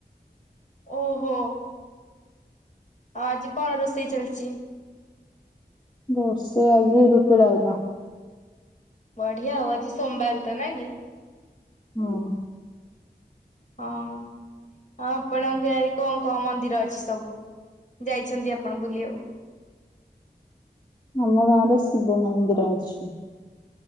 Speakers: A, on the left (about 50°); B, on the left (about 30°).
A: ଓହୋ। ଆଉ ଆଜି କଣ ରୋଷେଇ ଚାଲିଛି?
B: ରୋଷେଇ ଆଜି ରୁଟି ଡାଲମା।
A: ବଢିଆ ହଉ ଆଜି ସୋମବାର ତ ନା କି?
B: ହଁ।
A: ହଁ। ହଁ ଆପଣଙ୍କ ଗାଁରେ କଣ କଣ ମନ୍ଦିର ଅଛି ସବୁ, ଯାଇଛନ୍ତି ଆପଣ ବୁଲିବାକୁ?
B: ଆମ ଗାଁରେ ଶିବ ମନ୍ଦିର ଅଛି।